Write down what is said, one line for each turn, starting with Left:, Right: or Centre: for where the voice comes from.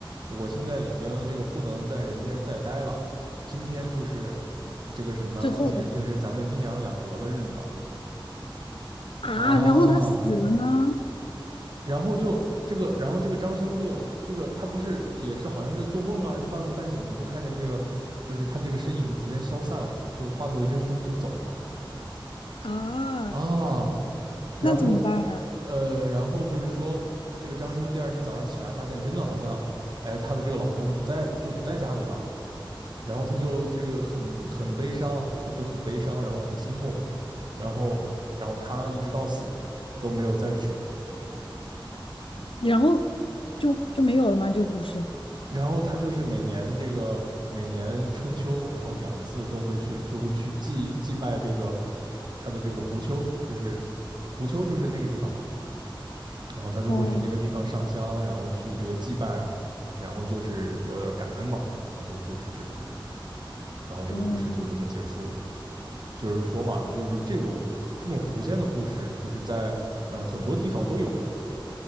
Right: 我现在已经这个不能在人间再待了，今天就是这个什么呢？
Left: 最后的
Right: 今年就是咱们阴阳两隔的日子了
Left: 啊，
Right: 啊。
Left: 然后他死了吗？
Right: 然后就这个，然后这个张生就这个，他不是也是好像在做梦啊，就半梦半醒的，就看见这个，就是他这个身影就逐渐消散了，就化作一阵风就走了
Left: 啊，
Right: 啊。然后
Left: 那怎么办啊？
Right: 呃，然后就是说，这个张生第二天早上起来发现，真的好像，哎，他的这个老婆就不在，就不在家里了。然后他就这个很很悲伤啊，他就很悲伤，然后很心痛，然后然后他一直到死都没有再娶。
Left: 然后就就没有了吗？这个故事？
Right: 然后他就是每年这个每年春秋，然后两次都会去，就会去祭祭拜这个他的这个狐丘，就是狐丘就是那个地方嘛。然后他就会去那个地方上香，
Left: 哦，
Right: 然后去这个祭拜，然后就是有点感恩嘛，然后就就是这种，然后这个故事就这么结束了。
Left: 哦，
Right: 就是说嘛，就是说这种这种狐仙的故事，就是在嗯、呃很多地方都有，